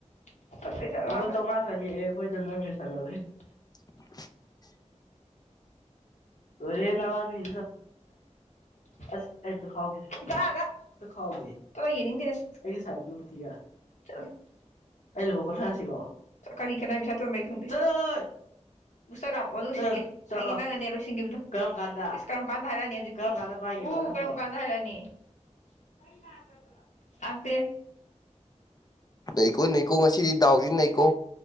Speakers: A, on the left (about 80°); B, on the left (about 35°).
A: <unintelligible> ꯆꯝꯉꯥ ꯆꯉꯛ ꯑꯦ <unintelligible>
B: <inaudible>
A: ꯂꯣꯔꯦ ꯅꯋꯥꯅꯤ <unintelligible> ꯑꯁ ꯑꯩ ꯑꯝꯇ ꯈꯥꯎꯒꯦꯁꯦ ꯆꯂꯑꯥꯗ ꯑꯝꯇ ꯈꯥꯎꯒꯦ ꯆꯣ ꯌꯦꯡꯅꯤꯡꯗꯦ ꯅꯁꯛ ꯑꯩꯒ ꯁꯥꯟꯅ ꯇꯤꯌꯥ ꯆꯠꯂꯣ ꯑꯩ ꯂꯣ ꯀꯊꯔ꯭ ꯔꯛ ꯑꯣ ꯀꯔꯤ ꯀꯅꯥꯏ ꯄꯩꯁꯥ ꯇꯣꯟꯕ ꯑꯩ ꯈꯪꯗꯦ ꯆꯂꯣꯍꯦ ꯕꯨꯁꯇ ꯀꯥꯞꯄꯣ ꯑꯗꯨ ꯁꯤꯡꯒꯦ ꯑ ꯆꯂꯣ ꯑꯩ ꯅꯪꯅꯅꯦ ꯁꯤꯡꯒꯤꯕꯗꯨ ꯀꯔꯝ ꯀꯥꯟꯗ ꯏꯁ ꯀꯔꯝ ꯀꯥꯟꯗ ꯍꯥꯏꯔꯛꯑꯅꯤ ꯍꯖꯤꯛ ꯀꯔꯝ ꯀꯥꯟꯗ ꯄꯥꯏꯒꯤꯕ ꯎ ꯀꯔꯝ ꯀꯟꯗ ꯍꯥꯏꯔꯛꯑꯅꯤ ꯃꯩ ꯂꯛꯇꯕꯔꯣ ꯂꯥꯛꯇꯦ
B: ꯅꯩꯀꯣ ꯅꯩꯀꯣ ꯉꯁꯤꯗꯤ ꯗꯥꯎꯁꯤ ꯅꯩꯀꯣ